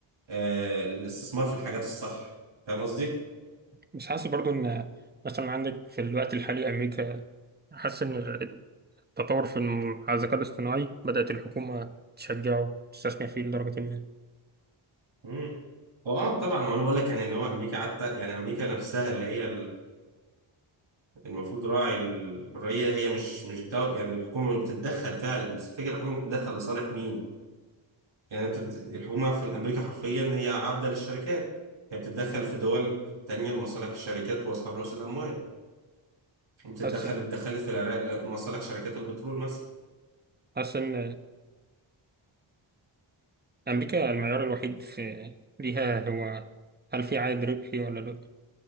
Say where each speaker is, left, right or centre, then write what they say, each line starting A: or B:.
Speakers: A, on the right (about 70°); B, on the right (about 20°).
A: آه للاستثمار في الحاجات الصح فاهم قصدي؟
B: بس حاسس برضو ان مثلا عندك في الوقت الحالي امريكا حاسس ان التطور في الم- على الذكاء الاصطناعي بدأت الحكومة تشجعه تستثمر فيه لدرجة ما
A: امم هو اه طبعا هو انا بقول لك يعني اللي هو امريكا حتى يعني امريكا نفسها اللي هي المفروض راعي الحرية هي مش مش دو يعني الحكومة بتتدخل فعلا بس الفكرة الحكومة بتتدخل لصالح مين؟ يعني بتد... الحكومة في الأمريكا حرفيا هي عبدة للشركات هي بتتدخل في دول تانية لمصالح الشركات وأصحاب رؤوس الأموال بتتدخل
B: حاسس
A: اتدخلت في العراق لمصالح شركات البترول مثلا
B: حاسس ان امريكا المعيار الوحيد في ليها هو هل في عائد ربحي ولا لا